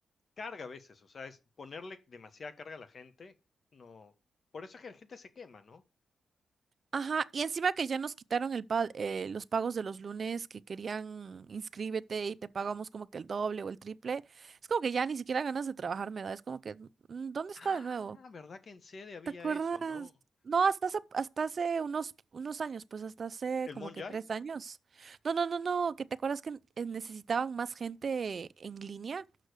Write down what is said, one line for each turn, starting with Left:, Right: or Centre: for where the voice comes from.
Left: carga a veces, o sea, es ponerle demasiada carga a la gente, no. Por eso es que la gente se quema, ¿no?
Right: Ajá, y encima que ya nos quitaron el pa- eh, los pagos de los lunes que querían inscríbete y te pagamos como que el doble o el triple. Es como que ya ni siquiera ganas de trabajar me da. Es como que, mm, ¿dónde está
Left: Ah,
Right: de nuevo?
Left: ¿verdad que en sede había
Right: ¿Te acuerdas?
Left: eso, no?
Right: No, hasta hace, hasta hace unos, unos años, pues hasta hace
Left: ¿El
Right: como
Left: Monjay?
Right: que tres años. No, no, no, no, que te acuerdas que eh, necesitaban más gente en línea